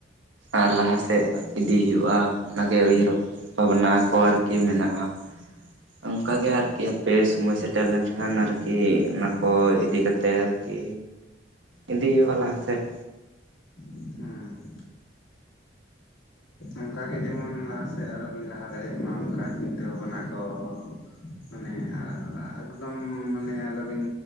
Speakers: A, on the right; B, on the left.
A: ᱟᱨ ᱞᱟᱦᱟ ᱥᱮᱫ ᱤᱫᱤ ᱦᱩᱭᱩᱜᱼᱟ ᱚᱱᱟᱜᱮ ᱩᱭᱦᱟᱹᱨ ᱵᱷᱟᱵᱱᱟ ᱠᱚ ᱟᱨᱠ- ᱢᱮᱱᱟᱜᱼᱟ ᱚᱝᱠᱟ ᱜᱮ ᱟᱨᱠᱤ ᱦᱟᱯᱮ ᱥᱚᱢᱚᱭ ᱥᱮᱴᱮᱨ ᱞᱮᱱ- ᱮᱱᱟ ᱟᱨᱠᱤ ᱚᱱᱟ ᱠᱚ ᱤᱫᱤ ᱠᱟᱛᱮᱨ ᱟᱨᱠᱤ ᱤᱫᱤ ᱣᱟᱞᱟᱝ ᱥᱮ-
B: <unintelligible> ᱟᱸ᱾ ᱚᱱᱠᱟᱜᱮ ᱡᱮᱢᱚᱱ ᱞᱟᱦᱟ ᱥᱮᱫ ᱟᱨᱚ ᱵᱤᱱ ᱞᱟᱦᱟ ᱫᱟᱲᱮᱭᱟᱜ ᱢᱟ ᱚᱱᱠᱟ ᱪᱤᱱᱛᱟᱹ ᱵᱷᱟᱵᱱᱟ ᱠᱚ- ᱢᱟᱱᱮ ᱮᱠᱫᱚᱢ ᱢᱟᱱᱮ ᱟᱞᱚᱵᱤᱱ